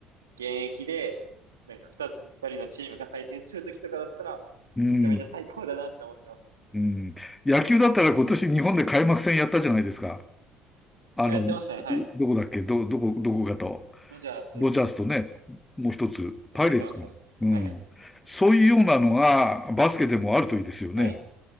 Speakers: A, on the right; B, on the left.
A: 現役で、なんか二つ二人のチームが対戦するときとかだったら、
B: うん。
A: めちゃめちゃ最高だなって思ってます。
B: うん野球だったら今年日本で開幕戦やったじゃないですか。あの、
A: あ、やってましたね。はい。
B: どこだっけど、どこ、どこかと。
A: ドジャース
B: ドジャースとね、もう一つ、
A: とかやってましたね。
B: パイレーツか。うん。
A: はい。
B: そういうようなのがバスケでもあるといいですよね。
A: はい。